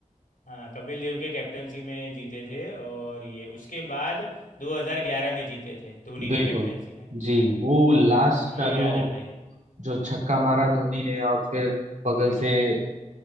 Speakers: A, on the left; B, on the right.
A: हाँ कपिल देव के कैप्टनसी में जीते थे और ये उसके बाद 2011 में जीते थे धोनी
B: बिल्कुल
A: के कैप्टनसी में
B: जी वो लास्ट
A: हाँ ये
B: का जो
A: याद है भाई
B: जो छक्का मारा धोनी ने और फिर बगल से अ,